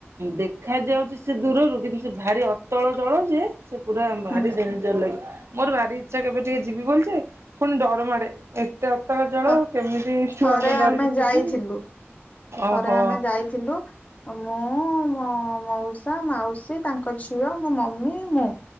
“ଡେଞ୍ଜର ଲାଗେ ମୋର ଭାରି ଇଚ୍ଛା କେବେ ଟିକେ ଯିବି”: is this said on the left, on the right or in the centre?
Right